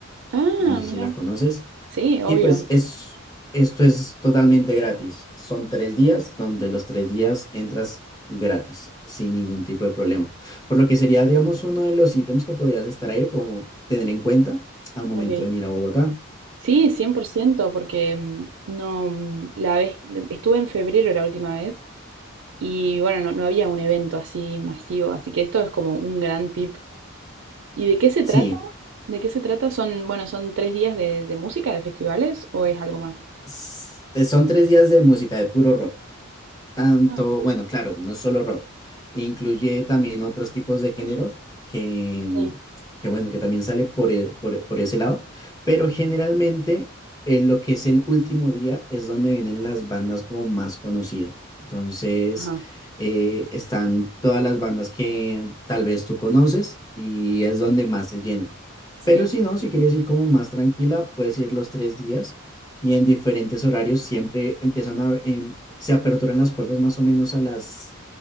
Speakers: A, on the right; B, on the left.
A: Ah,
B: No sé
A: mira.
B: si la conoces.
A: Sí, obvio.
B: Y pues es, esto es totalmente gratis. Son tres días donde los tres días entras gratis, sin ningún tipo de problema. Por lo que sería, digamos, uno de los ítems que podrías estar ahí, como tener en cuenta al momento
A: Ok.
B: de ir a Bogotá.
A: Sí, cien por ciento, porque mm, no, mm, la vez, estuve en febrero la última vez y bueno, no, no había un evento así masivo, así que esto es como un gran tip. ¿Y de qué se trata?
B: Sí,
A: ¿De qué se trata? Son, bueno, son tres días de, de música, de festivales o es algo más?
B: s- son tres días de música, de puro rock. tanto,
A: Ah,
B: bueno, claro, no solo rock, incluye también otros tipos de géneros que, mm,
A: sí.
B: que bueno, que también sale por, e- por, por ese lado, pero generalmente en lo que es el último día es donde vienen las bandas como más conocidas. Entonces,
A: Ajá,
B: eh, están todas las bandas que tal vez tú conoces y es donde más se llena.
A: sí.
B: Pero si no, si quieres ir como más tranquila, puedes ir los tres días y en diferentes horarios siempre empiezan a, em, se aperturan las puertas más o menos a las